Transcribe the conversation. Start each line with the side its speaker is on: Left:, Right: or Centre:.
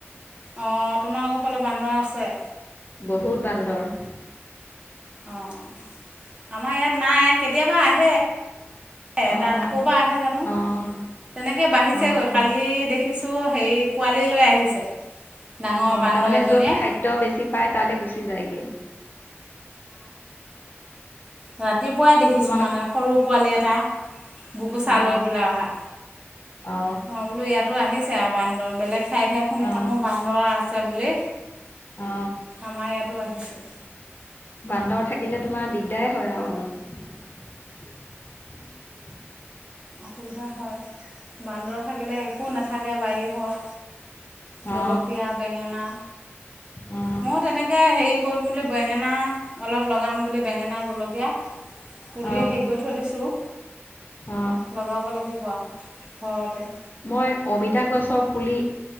Right: অহ তোমালোকৰ ফালৰ বান্দৰ আছে?
Left: বহুত বান্দৰ
Right: অহ আমাৰ ইয়াত নাই কেতিয়াবা আহে
Left: অহ
Right: এটা ক'ৰ পৰা আহে জানো
Left: অহ
Right: তেনেকৈ বাঢ়িছেগৈ
Left: অহ
Right: কালি দেখিছোঁ হেৰি পোৱালিলৈ আহিছে ডাঙৰ
Left: অ
Right: বান্দৰ
Left: তাৰমানে
Right: এজনীয়ে
Left: য'ত খাদ্য বেছি পায় তালে গুচি যায়গে
Right: ৰাতি পুৱাই দেখিছো
Left: তোমালোক
Right: মানে সৰু পোৱালি এটা বুকুচালৈ
Left: অ
Right: পেলাই আহা
Left: অ
Right: মই বোলো ইয়াতো আহিছে আৰু বান্দৰ বেলেগ ঠাইতহে শুনি
Left: অ
Right: থাকোঁ বান্দৰ আছে বুলি
Left: অ
Right: আমাৰ ইয়াতো আহিছে
Left: বান্দৰ থাকিলে তোমাৰ দিগদাৰ হয় আৰু অলপ <unintelligible>
Right: অসুবিধা হয় বান্দৰ থাকিলে একো নাথাকে বাৰী ঘৰ জলকীয়া
Left: অ
Right: বেঙেনা
Left: অ
Right: ময়ো তেনেকে হেৰি কৰিম বুলি বেঙেনা অলপ লগাম বুলি বেঙেনা জলকীয়া পুলি
Left: অ
Right: হেৰি কৰি থৈ দিছোঁ
Left: অ
Right: লগাব লাগিব ঘৰতে
Left: মই অমিতা গছক পুলি